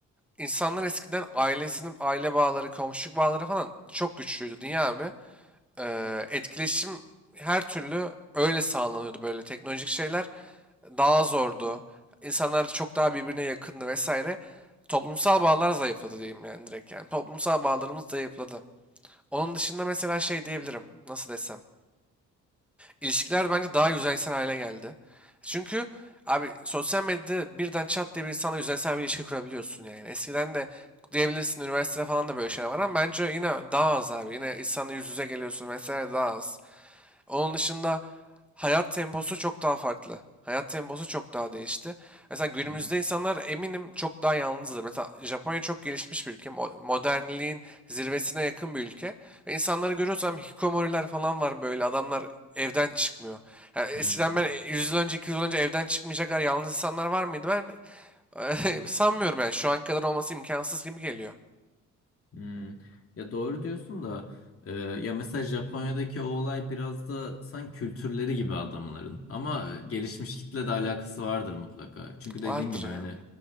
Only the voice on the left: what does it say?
Hı
hı.
Hmm. Ya doğru diyorsun da e, ya mesela Japonya'daki o olay biraz da sanki kültürleri gibi adamların ama e, gelişmiş kitle de alakası vardır mutlaka. Çünkü dediğin
gibi
hani